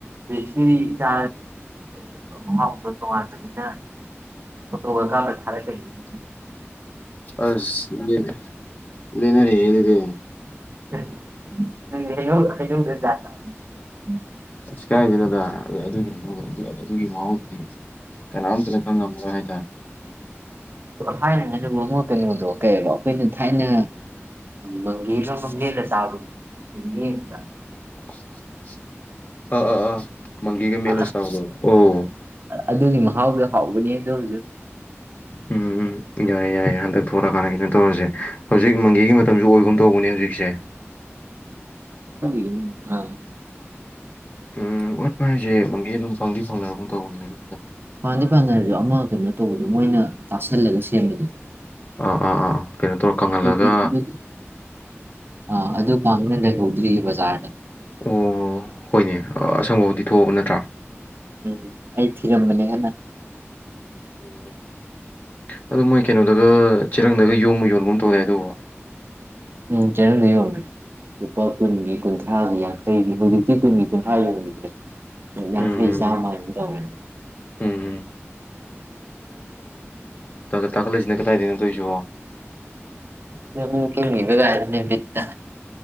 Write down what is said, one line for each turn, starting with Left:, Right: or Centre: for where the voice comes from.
Right: ꯗꯦꯁꯒꯤ ꯃꯍꯥꯎꯗ ꯇꯣꯉꯥꯟꯕꯅꯤꯅ ꯐꯣꯇꯣꯒ ꯀꯥꯅ ꯊꯥꯔꯛꯀꯒꯤꯅꯤꯅ
Left: ꯑꯁ ꯌꯦꯅ ꯂꯩꯅꯔꯦ ꯍꯗꯤꯗꯤ
Right: <inaudible>
Left: ꯐꯁ ꯀꯏꯗꯒꯤꯅꯤꯗ ꯑꯗꯨꯒꯤ ꯍꯩꯅꯧ ꯑꯗꯨꯒꯤ ꯃꯍꯡꯗꯨꯗꯤ ꯀꯅꯥꯝꯇꯅ ꯈꯪꯉꯝꯃꯣꯏ ꯍꯥꯏꯇꯥꯔꯦ
Right: ꯊꯥꯏꯅꯅ ꯑꯗꯨꯨꯝ ꯑꯃꯛ ꯀꯩꯅꯣꯗꯣ ꯀꯩꯕ ꯑꯩꯈꯣꯏꯅ ꯊꯥꯏꯅ ꯃꯪꯒꯦꯗ ꯃꯪꯒꯦꯜꯗ ꯆꯥꯕꯗꯣ ꯌꯦꯡꯕꯗ
Left: <inaudible> ꯑꯥ ꯑꯥ ꯑꯥ ꯃꯪꯒꯤꯒ ꯃꯦꯠꯂ
Right: ꯑ
Left: ꯆꯥꯕꯗꯣ ꯑꯣ
Right: ꯑꯗꯨꯒꯤ ꯃꯍꯥꯎ ꯃꯍꯥꯎꯗ ꯍꯥꯎꯕꯅꯦꯗꯣ ꯖꯨ
Left: ꯎꯝ ꯎꯝ ꯌꯥꯏꯌꯦ ꯌꯥꯏꯌꯦ ꯍꯟꯗꯛ ꯊꯣꯛꯂꯛꯑꯀꯥꯟꯗ ꯀꯩꯅꯣ ꯇꯧꯔꯁꯦ ꯍꯧꯖꯤꯛ ꯃꯪꯒꯤꯒꯤ ꯃꯇꯝꯁꯨ ꯑꯣꯏꯐꯝ ꯇꯧꯕꯅꯦ ꯍꯧꯖꯤꯛꯁꯦ
Right: ꯏꯝꯐ
Left: ꯎꯝ ꯋꯥꯠꯄ ꯍꯥꯏꯁꯦ ꯃꯪꯒꯦ ꯑꯗꯨꯝ ꯐꯪꯗꯤ ꯐꯪꯅꯒꯨꯝ ꯇꯧꯕꯅꯤ
Right: ꯄꯥꯟꯗꯩ ꯐꯥꯗ ꯍꯥꯏꯔꯗꯣ ꯑꯃ ꯀꯩꯅꯣ ꯇꯧꯕꯗꯣ ꯃꯣꯏꯅ ꯇꯥꯁꯜꯂꯒ ꯁꯦꯝꯕꯗꯣ
Left: ꯑ ꯑꯥ ꯑꯥ ꯀꯩꯅꯣ ꯇꯧꯔ ꯀꯪꯍꯜꯂꯒ
Right: ꯑꯗꯨꯗꯤ ꯑꯗꯨꯗꯤ ꯑꯥ ꯑꯗꯨ ꯉꯥꯡꯅ ꯂꯩꯍꯧ ꯕꯥꯖꯥꯔ ꯗ
Left: ꯑꯣ ꯍꯣꯏꯅꯦ ꯑꯁꯪꯕꯕꯨꯗꯤ ꯊꯣꯛꯑꯕ ꯅꯠꯇꯦ
Right: ꯎꯝ ꯑꯩ ꯊꯤꯔꯝꯕꯅꯦ ꯀꯟꯅꯥ
Left: ꯎꯝ ꯑꯣꯗꯨ ꯃꯣꯏ ꯀꯩꯅꯣꯗꯨꯒ ꯆꯦꯔꯥꯪꯗꯒꯥ ꯌꯣꯝꯃ ꯌꯣꯟꯒꯨꯝ ꯇꯧꯗꯥꯏ ꯑꯗꯨꯕꯣ
Right: ꯎꯝ ꯆꯦꯔꯥꯪꯗ <inaudible> ꯂꯨꯄꯥ ꯀꯨꯪꯒꯤ ꯀꯨꯟꯊ꯭ꯔꯥꯒꯤ ꯌꯥꯡꯈꯩꯅꯤ ꯍꯧꯖꯤꯛꯇꯤ ꯀꯨꯟꯒꯤ ꯀꯨꯟꯊ꯭ꯔꯥ ꯌꯣꯟꯕ꯭ꯔꯦ ꯌꯟꯈꯩ
Left: ꯎꯝ
Right: ꯆꯝꯃꯥ ꯍꯥꯏꯒꯨꯝ ꯇꯧꯔꯦ꯫
Left: ꯎꯝ ꯀꯥꯈꯠꯂꯏꯁꯤꯅ ꯀꯗꯥꯏꯗꯒꯤꯅꯣ ꯇꯧꯔꯤꯁꯤ
Right: ꯕ ꯀꯔꯅꯦ ꯄꯤꯠꯇ